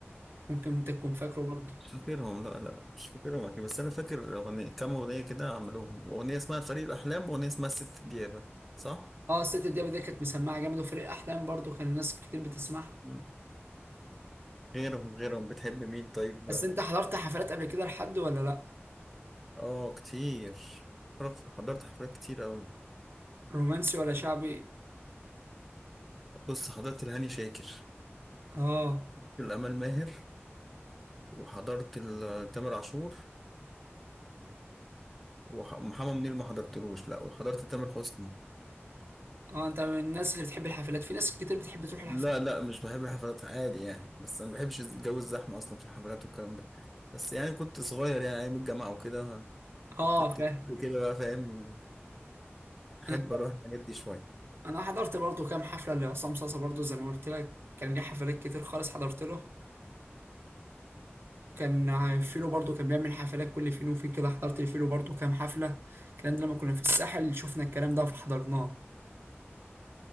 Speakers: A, on the right (about 60°); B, in the centre.
A: ممكن انت تكون فاكره برضه
B: مش فاكرهم لا لا مش فاكرهم أكيد بس أنا فاكر أغنية كام أغنية كده عملوهم أغنية اسمها فريق الأحلام وأغنية اسمها الست ديابة صح؟
A: اه الست دياب دي كانت مسمعه جامد وفريق احلام برضه كان الناس كتير بتسمعها
B: مم. غيرهم غيرهم بتحب مين طيب؟
A: بس انت حضرت حفلات قبل كده لحد ولا لا
B: آه كتير حضرت حضرت حفلات كتير أوي
A: رومانسي ولا شعبي
B: بص حضرت الهاني شاكر
A: اه
B: الأمال ماهر وحضرت ال- تامر عاشور ومحمد منير ما حضرتلوش لا وحضرت تامر حسني
A: اه انت من الناس اللي بتحب الحفلات في ناس كتير بتحب تروح الحفلات
B: لا لا مش بحب الحفلات عادي يعني بس انا ما بحبش جو الزحمه اصلا في الحفلات والكلام ده بس يعني كنت صغير يعني ايام الجامعه وكده
A: اه
B: كنت
A: فاهم
B: كده بقى فاهم احب
A: انا
B: اروح الحاجات دي شويه
A: انا حضرت برضو كام حفله لعصام صاصا برضو زي ما قلت لك كان ليه حفلات كتير خالص حضرت له كان فيلو برضو كان بيعمل حفلات كل فين وفين كده حضرت الفيلو برضو كام حفله الكلام ده لما كنا في الساحل شفنا الكلام ده فحضرناه